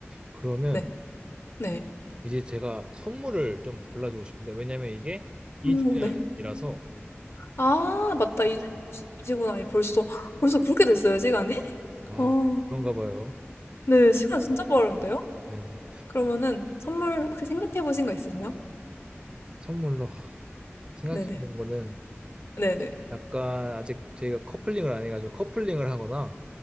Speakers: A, on the right; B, on the left.
A: 그러면
B: 네. 네.
A: 이제 제가 선물을 좀 골라주고 싶은데 왜냐면 이게 이
B: 오
A: 주년이라서
B: 네. 아 맞다. 이제 이 시구나. 이 벌써 벌써 그렇게 됐어요, 시간이?
A: 아
B: 어.
A: 그런가 봐요
B: 네. 시간 진짜 빠른데요?
A: 네,
B: 그러면은 선물 혹시 생각해 보신 거 있으세요?
A: 선물로 하, 생각해본
B: 네네.
A: 거는
B: 네네.
A: 약간 아직 저희가 커플링을 안 해가지고 커플링을 하거나